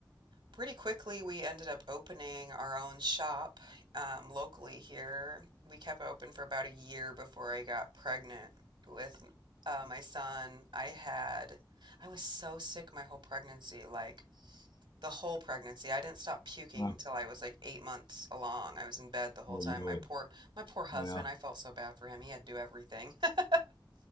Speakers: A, on the right; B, on the left.
A: pretty quickly we ended up opening our own shop um, locally here. We kept it open for about a year before I got pregnant with uh, my son. I had, I was so sick my whole pregnancy. Like, the whole pregnancy. I didn't stop puking
B: Uh,
A: till I was like eight months along. I was in bed the whole
B: well,
A: time.
B: you know
A: My
B: it.
A: poor, my poor husband.
B: Yeah.
A: I felt so bad for him. He had to do everything. <laughs>